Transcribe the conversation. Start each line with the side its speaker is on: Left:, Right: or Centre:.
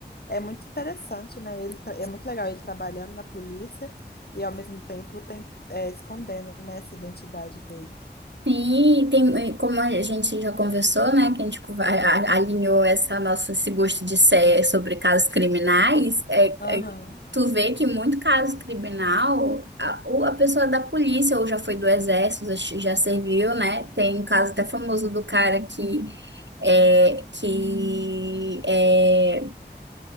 Left: é muito interessante, né? Ele, tra- é muito legal ele trabalhando na polícia e, ao mesmo tempo, tem, é, escondendo, né, essa identidade dele.
Right: Sim, tem, como a gente já conversou, né, que a gente co- a- a- alinhou essa nossa, esse gosto de ser sobre casos criminais, é,
Left: Aham.
Right: é- tu vê que muito caso criminal, a, ou a pessoa é da polícia, ou já foi do exército, já já serviu, né, tem um caso até famoso do cara que, é, que é,